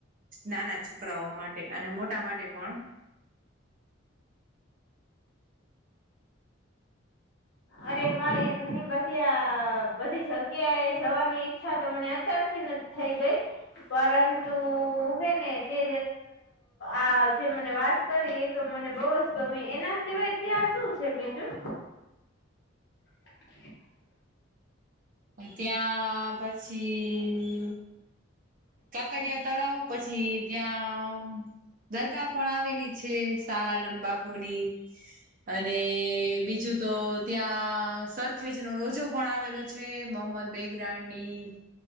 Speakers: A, on the right (about 40°); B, on the left (about 55°).
A: નાના છોકરાઓ માટે અને મોટા માટે પણ.
B: અરે વા! એ ઘણી બધી આ બધી જગ્યા એ જવાની ઈચ્છા તો મને અત્યારથી ન જ થઈ ગઈ. પરંતુ હે ને તે આ જે મને વાત કરી. તો મને બહુ જ ગમી. એના સિવાય ત્યાં શું છે બીજું? <inaudible>
A: ત્યાં પછી કાંકરીયા તળાવ પછી ત્યાં દરગાહ પણ આવેલી છે, શાહ આલમ બાપુની. અને બીજું તો ત્યાં સરખેજનો રોજો પણ આવેલો છે, મહમદ બેગડાની